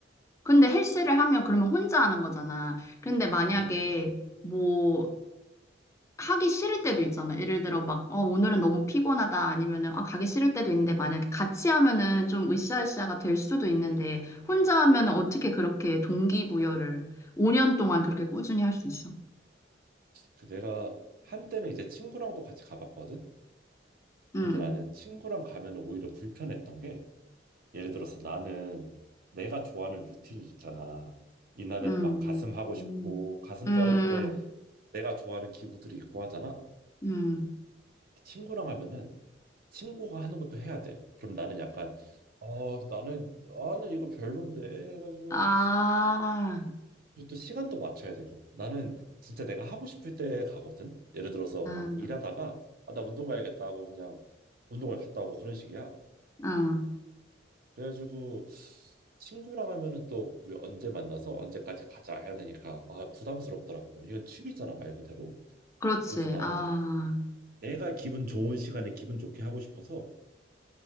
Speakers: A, on the left; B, on the right.
A: 근데 헬스를 하면 그러면 혼자 하는 거잖아. 근데 만약에
B: 음.
A: 뭐 하기 싫을 때도 있잖아. 예를 들어 막, 어, 오늘은 너무 피곤하다. 아니면은, 아, 가기 싫을 때도 있는데 만약에 같이 하면은 좀 으쌰으쌰가 될 수도 있는데 혼자 하면은 어떻게 그렇게 동기부여를 5년 동안 그렇게 꾸준히 할 수 있어?
B: 그 내가 한때는 이제 친구랑도 같이 가봤거든.
A: 응.
B: 근데
A: 응.
B: 나는 친구랑 가면은 오히려 불편했던 게 예를 들어서 나는 내가 좋아하는 루틴이 있잖아. 이날에는
A: 음,
B: 막 가슴 하고
A: 음,
B: 싶고 가슴도
A: 음,
B: 할 때 내가 좋아하는 기구들이 있고 하잖아.
A: 음.
B: 친구랑 하면은 친구가 하는 것도 해야 돼. 그럼 나는 약간 어 나는 나는 이거 별론데 해가지고
A: 아,
B: 그리고 또 시간도 맞춰야 되고 나는 진짜 내가 하고 싶을 때 가거든. 예를 들어서
A: 아,
B: 일하다가 아, 나 운동 가야겠다 하고 그냥 운동을 갔다 오고 그런 식이야.
A: 아,
B: 그래가지고 친구랑 하면은 또 우리 언제 만나서 언제까지 가자 해야 되니까 아 부담스럽더라고. 이건 취미잖아 말 그대로.
A: 그렇지.
B: 그래서 나는
A: 아,
B: 내가 기분 좋은 시간에 기분 좋게 하고 싶어서.